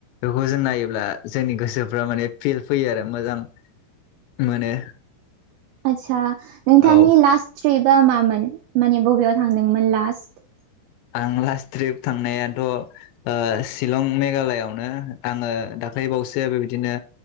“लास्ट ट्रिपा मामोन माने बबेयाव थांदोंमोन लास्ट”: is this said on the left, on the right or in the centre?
Right